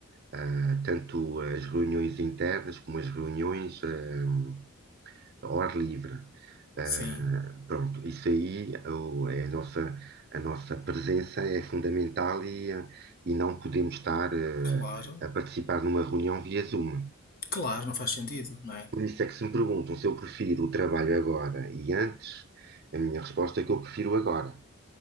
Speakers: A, on the right; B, on the left.
A: ah, tanto as reuniões internas como as reuniões ah, ao ar livre. Ah,
B: Sim,
A: pronto, isso aí o- é a nossa, a nossa presença é fundamental e, ah, e não podemos estar eh,
B: claro.
A: a participar numa reunião via Zoom.
B: Claro, não faz sentido, não é?
A: Por isso é que se me perguntam se eu prefiro o trabalho agora e antes, a minha resposta é que eu prefiro agora.